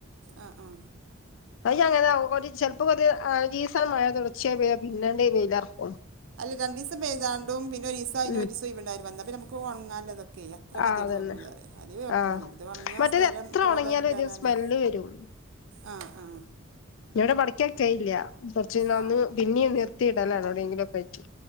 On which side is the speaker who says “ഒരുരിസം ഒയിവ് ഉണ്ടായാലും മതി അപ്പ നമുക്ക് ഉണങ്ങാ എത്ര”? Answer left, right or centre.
Right